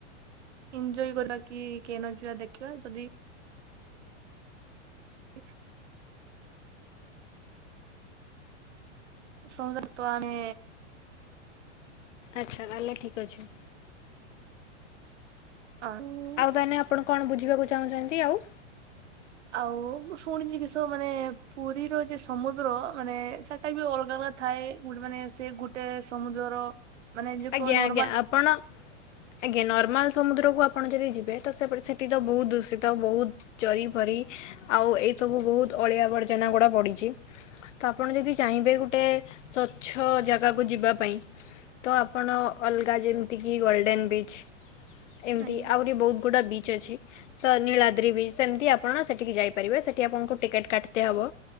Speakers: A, on the right; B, on the left.
A: ଏଇଞଜୟ କରିବାକି କେନ ଯିବା ଦେଖିବା ଯଦି <inaudible> ସହଜରେତ ଆମେ
B: ଆଚ୍ଛା ତାହେଲେ ଠିକ୍ ଅଛି।
A: <inaudible>
B: ଆଉ ତାହେନେ ଆପଣ କଣ ବୁଝିବାକୁ ଚାହୁଁଚନ୍ତି ଆଉ?
A: ଆଉ ମୁଁ ଶୁଣିଚି କିଷ ମାନେ ପୁରୀର ଯେ ସମୁଦ୍ର ମାନେ ସେ ଟାବି ଅଲଗା ଅଲଗା ଥାଏ ଗୁଟେମାନେ ସେଗୁଟେ ସମୁଦ୍ରର ମାନେ ଯେ
B: ଆଜ୍ଞା
A: ନର୍ମାଲ
B: ଆଜ୍ଞା ଆପଣ ଆଜ୍ଞା ନର୍ମାଲ ସମୁଦ୍ରକୁ ଆପଣ ଯଦି ଯିବେ ତସେପଟେ ସେଟିତ ବହୁତ୍ ଦୂଷିତ ବହୁତ୍ ଚରି ଫରି ଆଉ ଏଇ ସବୁ ବହୁତ ଅଳିଆ ଆବର୍ଜନା ଗୁଡ଼ା ପଡ଼ିଚି। ତ ଆପଣ ଯଦି ଚାହିଁବେ ଗୋଟେ ସ୍ୱଚ୍ଛ ଜାଗାକୁ ଯିବାପାଇଁ ତଆପଣ ଅଲଗା ଯେମିତିକି ଗୋଲ୍ଡେନ୍ ବିଚ୍ ଏମିତି
A: ଆଜ୍ଞା
B: ଆହୁରି ବହୁତ୍ ଗୁଡ଼ା ବିଚ୍ ଅଛି। ତ ନୀଳାଦ୍ରିବି ସେମିତି ଆପଣ ସେଠିକି ଯାଇପାରିବେ ସେଇଠି ଆପଣଙ୍କୁ ଟିକେଟ୍ କାଟିତେ ହବ